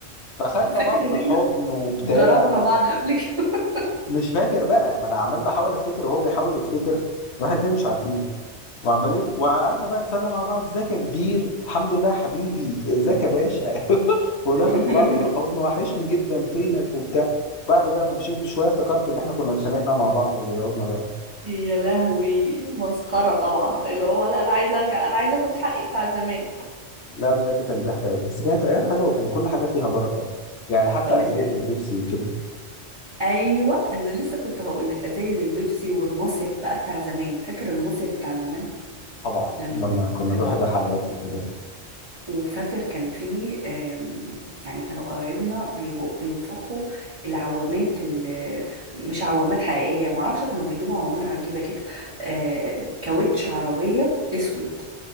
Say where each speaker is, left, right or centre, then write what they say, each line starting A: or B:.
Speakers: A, on the left; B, on the right.
A: فخدنا
B: فاكر
A: بعض بالحضن
B: ان احنا
A: وبتاع
B: ضربنا بعض قبل كده
A: مش فاكر بقى ما انا عمال بحاول افتكر وهو بيحاول يفتكر واحد اتنين مش عارفين وعمالين وقعدنا بقى نسلم على بعض ازيك يا كبير الحمد لله يا حبيبي ازيك يا باشا <laughs> وناخد
B: <laughs>
A: بعض بالحضن وحشني جدا فينك وبتاع بعد بقى ما مشيت بشويه افتكرت ان احنا كنا اتخانقنا مع بعض وضربنا بعض
B: يا لهوي مسخرة طبعا اللي هو لا انا عايزة ارجع انا عايزة اخد حقي بتاع زمان
A: لا بجد كان ضحك أوي. بس كانت ايام حلوه وكان كل حاجه فيها بركه يعني حتى
B: طب انت
A: ازايز البيبسي وكده
B: ايوه أنا لسه كنت هقول لك ازايز البيبسي والمصيف بقى بتاع زمان فاكر المصيف بتاع زمان
A: طبعا
B: لما
A: لما كنا
B: لما
A: نروح الرحلات وكده
B: وفاكر كان في آم، يعني كانوا قرايبنا بيو- بينفخوا العوامات اللي مش عوامات حقيقيه معرفش كانوا بيجيبوا عوامات عجيبه كده آه، كاوتش عربيه اسود